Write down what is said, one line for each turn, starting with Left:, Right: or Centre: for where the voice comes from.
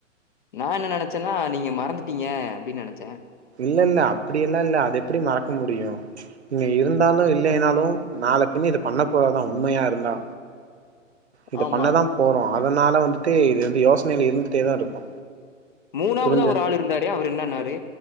Left: நா என்ன நெனச்சனா நீங்க மறந் துட்டீங்க அப்படினு நெனச்ச
Right: இல்ல இல்ல அப்படி எல்லா இல்ல அது எப்படி மறக்க முடியு இங்க இருந்தாலு இல்லைனாலு நாளபின்ன இத பண்ண போறதுதா உண்மயா இருந்தா இத
Left: ஆமா.
Right: பண்ணதா போறோ அதனால வந்துட்டு இது வந்து யோசனையில இருந்துட்டேதா இருக்கு
Left: மூணாவதா
Right: புரிஞ்ச
Left: ஒரு ஆள் இருந்தாரு. அவரு என்னான்னாரு,